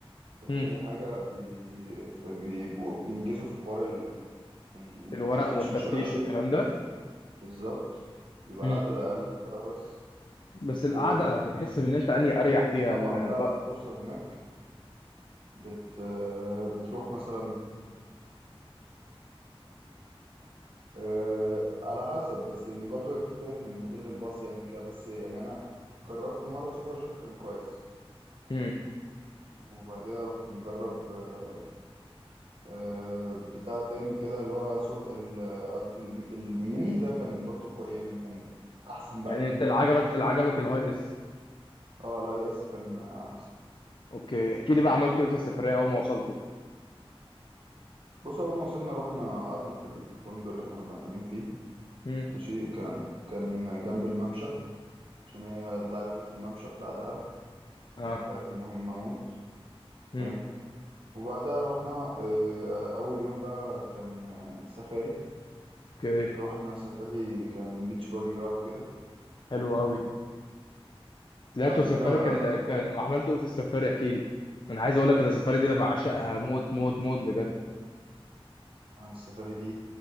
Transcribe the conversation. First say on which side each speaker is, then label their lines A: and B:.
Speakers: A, on the right (about 65°); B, on the left (about 50°).
A: آه،
B: امم
A: تاني حاجه بي... فبيبقوا بينجزوا في حوار يعني انت
B: الورق
A: التفتيش
B: والتفتيش
A: مش هيبقى الكل
B: والكلام ده
A: بالظبط بيبقى
B: امم
A: العدد أقل فبس
B: بس
A: و...
B: القعده بتحس ان انت اني اريح فيها
A: وطبعا
B: ال-
A: بقى
B: بقى-
A: بتوصل هناك بت... بتروح مثلا آه، على حسب بس يعني برضو هي بتختلف من موديل الباص يعني وكده بس يعني أنا جربت مرة سوبر جيت كان كويس
B: امم
A: وبعديها رحت مجرب آه، آه، بتاع تاني كده اللي هو سو... ال- قصدي الم- الميني ده كان برضو كو... يعني كان أحسن بقى
B: يعني انت اللي عجبك اللي عجبك الهاي اس
A: اه الهاي اس كان أحسن
B: اوكي احكي لي بقى عملته ايه في السفريه اول ما وصلته
A: بص اول ما وصلنا رحنا قعدنا في الفندق اللي احنا كنا قاعدين فيه
B: امم
A: ماشي كان كان جنب الممشى عشان هي انت عارف الممشى بتاع دهب
B: اه
A: دي من الحاجات المهمة موت
B: امم
A: فاهم وبعدها رحنا آه، آه، اول يوم بقى كان آه، سفاري
B: اوكي
A: رحنا سفاري كان بيتش باجي بقى وكده
B: حلو
A: فاهم
B: قوي طلعتوا
A: بعديها
B: سفاري كان كان عملتوا ايه في السفاري احكي لي انا عايز اقول لك ان السفاري دي انا بعشقها
A: بص
B: موت موت موت بجد
A: آه، السفاري دي